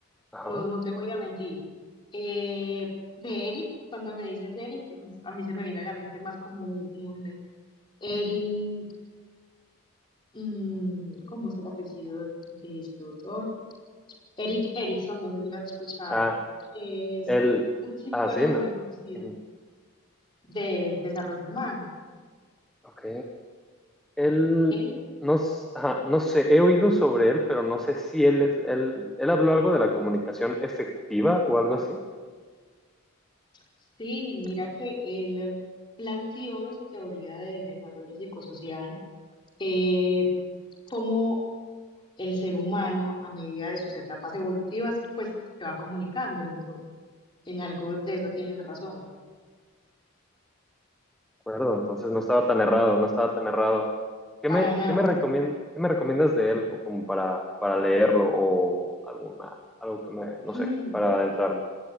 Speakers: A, in the centre; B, on the left.
A: Ajá.
B: no, no te voy a mentir. Eh, de Eric, cuando me dices Eric, a mí se me viene a la mente más como un, un Eric, mm, ¿cómo es el apellido de este autor? Eric Erickson, no sé si lo has escuchado,
A: Ah,
B: que es
A: el,
B: un psicólogo
A: ah, sí, no.
B: muy conocido
A: Ujú.
B: del desarrollo humano.
A: Ok. Él,
B: Él,
A: no, s- ajá, no sé, he oído sobre él, pero no sé si él es, él, él habló algo de la comunicación efectiva o algo así, ¿de
B: sí, mira que él planteó en su teoría de desarrollo psicosocial eh, cómo el ser humano a medida de sus etapas evolutivas, pues se va comunicando en eso, en algo de eso tienes razón.
A: acuerdo? Entonces no estaba tan errado, no estaba tan errado. ¿Qué
B: Para
A: me,
B: nada.
A: qué me recomien- qué me recomiendas de él o como para, para leerlo o alguna, algo que me,
B: Mm,
A: no sé, para adentrarme?